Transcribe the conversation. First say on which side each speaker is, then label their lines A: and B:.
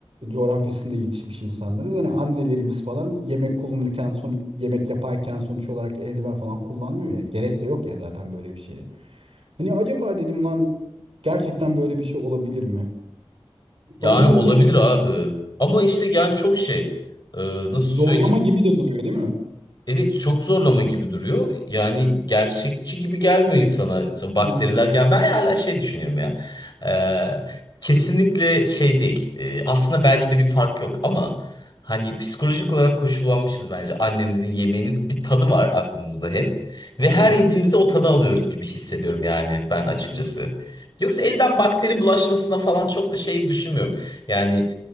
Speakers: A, on the right; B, on the left.
A: coğrafyasında yetişmiş insanlarız. Hani annelerimiz falan yemek kullanırken sonuç yemek yaparken sonuç olarak eldiven falan kullanmıyor ya. Gerek de yok ya zaten böyle bir şeye. Hani acaba dedim lan gerçekten böyle bir şey olabilir mi?
B: Yani
A: Sana ne
B: olabilir abi. Ama işte yani çok şey. e, nasıl
A: zorlama
B: söyleyeyim?
A: gibi de duruyor değil mi?
B: Evet çok zorlama gibi duruyor. Yani gerçekçi gibi gelmiyor insana. So- Bakteriler
A: Hı hı.
B: gel. Ben hala şey düşünüyorum ya. Ee, kesinlikle şey değil. Ee, aslında belki de bir fark yok ama hani psikolojik olarak koşullanmışız bence. Annemizin yemeğinin bir tadı var aklımızda hep. Ve her
A: Evet.
B: yediğimizde o tadı alıyoruz gibi hissediyorum yani ben açıkçası.
A: Evet.
B: Yoksa elden bakteri bulaşmasına falan çok da şey düşünmüyorum. Yani